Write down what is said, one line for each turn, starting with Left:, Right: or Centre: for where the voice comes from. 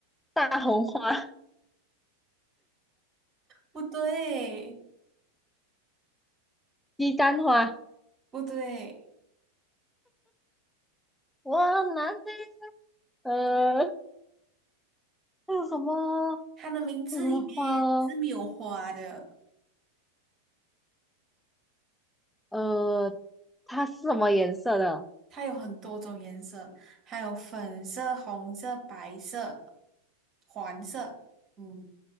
Centre: 大红花、
Right: 不对，
Centre: 鸡蛋花，
Right: 不对。
Centre: 哇，很难呢。呃，还有什么？
Right: 它的名字里面是没有花的，
Centre: 还有什么花哦？呃，它是什么颜色的？
Right: 它有很多种颜色，还有粉色、红色、白色、黄色。嗯，